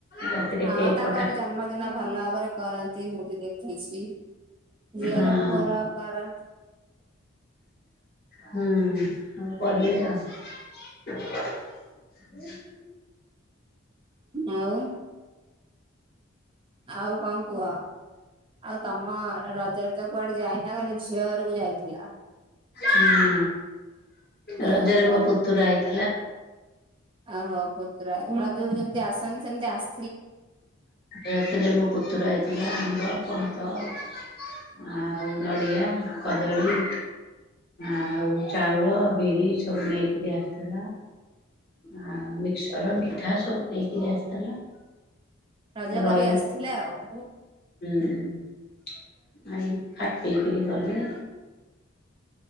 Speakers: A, on the left; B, on the right.
A: ରାତିରେ
B: ହଁ
A: କେକ୍
B: ତାଙ୍କର
A: କଟା
B: ଜନ୍ମଦିନ ବା। ଭଲ ଭାବରେ କରନ୍ତି ମୁବି ଦେଖଛି । ଝୀଅ
A: ହଁ
B: ର ପୁଅ ର କରନ୍ତି।
A: ହୁଁ ସବୁ କରିବେ ଆଉ। <inaudible> <inaudible>
B: ଆଉ ଆଉ କଣ କୁହ? ଆଉ ତମ ରଜରେ ତ କୁଆଡେ ଯାଇନି। ଝିଅ ବରକୁ ଯାଇଥିଲା
A: ହୁଁ ରଜରେ
B: ଓହୋ
A: ମୋ ପୁତୁରା ହେଇଥିଲା।
B: ଓହୋ ପତୁରା। ଯେମିତି ଆସନ ସେମିତି ଆସ
A: ସେ ଏଥିରେ ମୋ ପୁତୁରା ହେଇଥିଲା ଆମର <inaudible> ଆ। ଆଉ ନଡ଼ିଆ କଦଳୀ ଆଉ ଚାଉଳ ବିରି ସବୁ ନେଇକରି ଆସୁ <unintelligible> ଆଉ ମିକ୍ସର ମିଠା ସବୁ ନେଇକିରି ଆସିଥିଲା।
B: ରଜା
A: ରହିଲି
B: କରି ଆସିଥିଲେ ଆଉ <inaudible>
A: ହୁଁ। <inaudible> ବିକ୍ରି କଲେ।